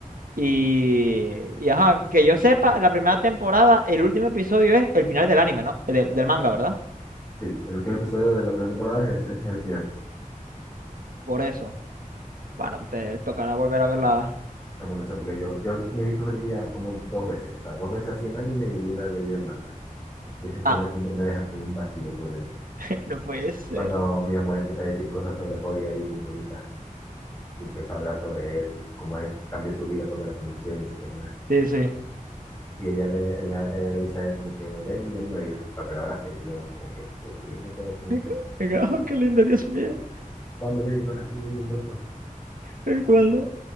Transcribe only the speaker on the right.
Y, y ajá, que yo sepa, la primera temporada, el último episodio es el final del anime, ¿no? Eh, Del, del manga, ¿verdad?
Por eso. Bueno, te tocará volver a verla.
Ah,
<laughs> no puede ser.
Sí, sí.
<laughs>
Me quedo, Oh, qué lindo, Dios mío.
el cuándo?